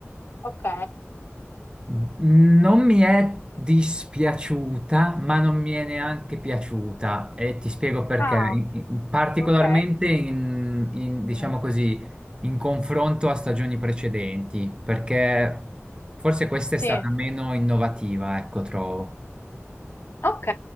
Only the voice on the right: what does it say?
Non mi è dispiaciuta, ma non mi è neanche piaciuta e ti spiego perché.
In- in- particolarmente
in, in, diciamo
così, in confronto a stagioni precedenti, perché forse questa
è stata meno innovativa, ecco, trovo.